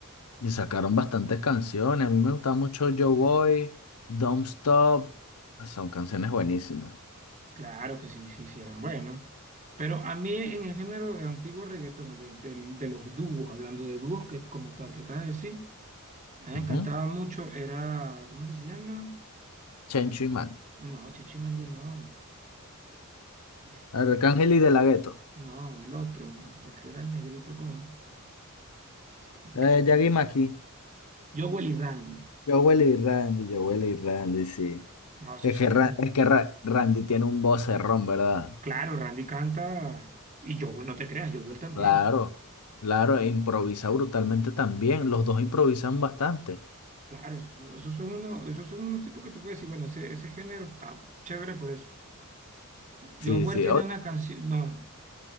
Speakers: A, on the left; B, on the right.
A: Y sacaron bastantes canciones. A mí me gustaba mucho Yo Boy, Don't Stop. Ah, Son canciones buenísimas.
B: Claro que sí, sí, sí eran buenos. Pero a mí en el género de antiguo reggaetón, de, del- de los dúos, hablando de dúos que, como tal, que acabas de decir, a mí me
A: Ujú.
B: encantaba mucho, era, ¿cómo es que se llama?
A: Chencho y Man.
B: No, Chinchi Mandi no. Este,
A: Arcángel y De La Ghetto.
B: no, el otro, el que era el negrito como, ¿cómo es
A: Eh,
B: que se
A: Yagi Maki.
B: Jowell y Randy.
A: Jowell y Randy. Jowell y Randy, sí.
B: No, esos
A: Es
B: sí
A: que,
B: eran
A: Ra- es que Ra- Randy tiene un vocerrón, ¿verdad?
B: Claro, Randy canta y yo, no te creas, Jowell también.
A: Claro, claro, e improvisa brutalmente también. Los dos improvisan bastante.
B: Claro, esos, esos son unos, esos son unos tipos que tú puedes decir, bueno, ese, ese género está chévere por eso.
A: Sí,
B: Jowell
A: sí,
B: tiene
A: o-
B: una canción, no,